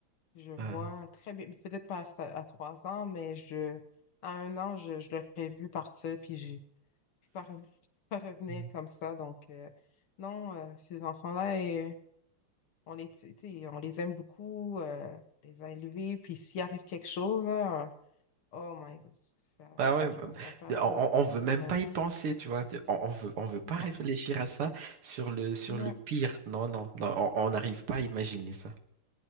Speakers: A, on the left; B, on the right.
A: Je vois
B: Ah.
A: très bien, peut-être pas à, sa- à trois ans, mais je, à un an, je, je l'aurais vu partir, puis j'ai pas, re- <laughs> pas revenir
B: Hum.
A: comme ça. Donc, euh, non, euh, ces enfants-là, euh, on les, tu sais, on les aime beaucoup, euh, on les a élevés, puis s'il arrive quelque chose, là, euh, oh my God, ça,
B: Ah ouais, bah,
A: je pense qu'on perd
B: de-
A: une
B: on,
A: grande partie
B: on on veut
A: de
B: même
A: nous-mêmes.
B: pas y penser, tu vois. de- On, on veut, on veut pas
A: Non,
B: réfléchir à ça sur le, sur
A: non.
B: le pire. Non, non, non, on on n'arrive pas à imaginer ça.